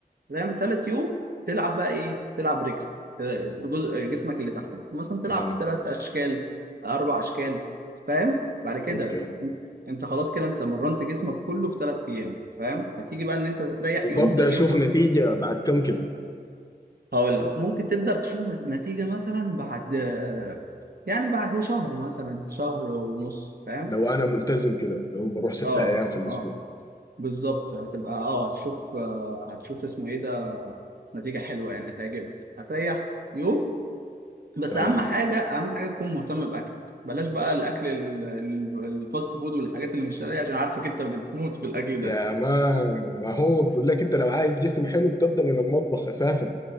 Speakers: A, on the right; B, on the left.
A: فاهم تالت يوم تلعب بقى ايه تلعب رجل ت- جزء جسمك اللي تحت مثلا تلعب
B: اه
A: تلات اشكال اربع اشكال فاهم بعد كده
B: اوكي
A: انت انت خلاص كده انت مرنت جسمك كله في تلات ايام فاهم فتيجي بقى ان انت تريح
B: وببدأ
A: يوم ده اليوم
B: اشوف نتيجة بعد كم كده
A: هقول لك ممكن تبدأ تشوف نتيجة مثلا بعد آه، يعني بعد شهر مثلا شهر ونص فاهم
B: لو انا ملتزم كده اللي هو بروح ستة
A: اه
B: ايام في الاسبوع
A: اه بالظبط هتبقى اه هتشوف آه، هتشوف اسمه ايه ده نتيجة حلوة يعني هتعجبك هتريح يوم بس
B: تمام
A: أهم حاجة أهم حاجة تكون مهتم بأكلك بلاش بقى الأكل ال- ال- الفاست فود والحاجات اللي مش شرعية عشان عارفك أنت بتموت في الأكل ده
B: يا ما ما هو بقول لك انت لو عايز جسم حلو بتبدأ من المطبخ اساسا